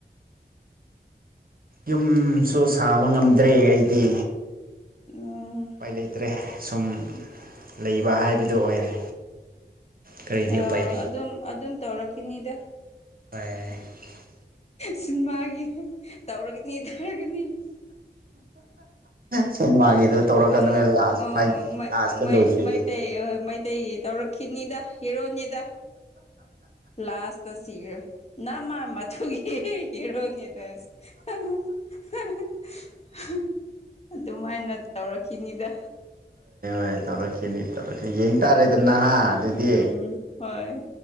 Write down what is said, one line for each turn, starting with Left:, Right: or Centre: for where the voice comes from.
Right: ꯌꯨꯝꯁꯨ ꯁꯥꯕ ꯉꯝꯗ꯭ꯔꯦ ꯑꯩꯗꯤ
Left: ꯎꯝ
Right: ꯎꯄꯥꯏ ꯂꯩꯇ꯭ꯔꯦ ꯁꯨꯝ ꯂꯩꯕ ꯍꯥꯏꯕꯗꯣ ꯑꯣꯏꯔꯦ ꯀꯔꯤꯗꯤ
Left: ꯑꯥ
Right: ꯎꯄꯥꯏ ꯂꯩ
Left: ꯑꯗꯨꯝ ꯑꯗꯨꯝ ꯇꯧꯔꯛꯈꯤꯅꯤꯗ
Right: ꯍꯣꯏ
Left: ꯁꯤꯟꯃꯥꯒꯤ ꯇꯧꯔꯒꯅꯤ ꯇꯧꯔꯒꯅꯤ
Right: ꯁꯤꯅꯦꯃꯥꯒꯤꯗꯣ ꯇꯧꯔꯛꯀꯅꯨ
Left: ꯑ ꯑꯃ
Right: ꯂꯥꯁ ꯐꯥꯏ
Left: ꯃ
Right: ꯂꯥꯁꯇ
Left: ꯃꯩꯇꯩ
Right: ꯂꯣꯏꯈꯤꯕꯗꯣ
Left: ꯃꯩ ꯃꯩꯇꯩꯒꯤ ꯇꯧꯔꯛꯈꯤꯅꯤꯗ ꯍꯦꯔꯣꯅꯤꯗ ꯂꯥꯁꯇꯁꯤꯒ ꯅꯃꯃꯊꯨꯒꯤ ꯍꯤꯔꯣꯅꯤꯗ ꯍꯥ ꯍꯥ ꯍꯥꯍꯡ ꯑꯗꯨꯃꯥꯏꯅ ꯇꯧꯔꯛꯈꯤꯅꯤꯗ
Right: ꯀꯩ ꯇꯧꯔꯛꯈꯤꯅꯤ ꯇꯧꯔꯛꯈꯤꯅꯤ ꯌꯦꯡ ꯇꯥꯔꯦꯗ ꯍꯥ ꯑꯗꯨꯗꯤ
Left: ꯎꯝ ꯍꯣꯏ